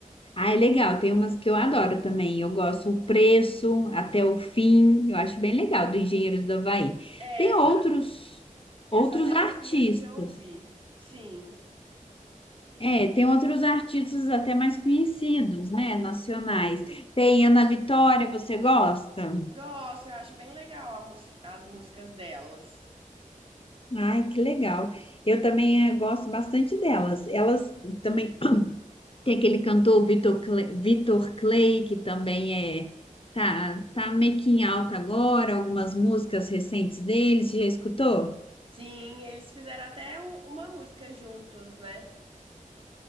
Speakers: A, on the left; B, on the right.
A: ah, é legal. Tem umas que eu adoro também. Eu gosto o preço, até o fim. Eu acho bem legal do Engenheiros do Havaí.
B: É,
A: Tem
B: essa,
A: outros outros
B: essa até
A: artistas.
B: o fim acho que eu já ouvi. Sim.
A: É, tem outros artistas até mais conhecidos, né, nacionais. Tem Ana Vitória, você gosta?
B: Gosto, eu acho bem legal a mus- as músicas delas.
A: Ai, que legal. Eu também eh, gosto bastante delas. Elas também <clears throat> tem aquele cantor Vitor Clay, Vitor Clay, que também é tá tá meio que em alta agora, algumas músicas recentes dele, você já escutou?
B: Sim, eles fizeram até u- uma música juntos, né?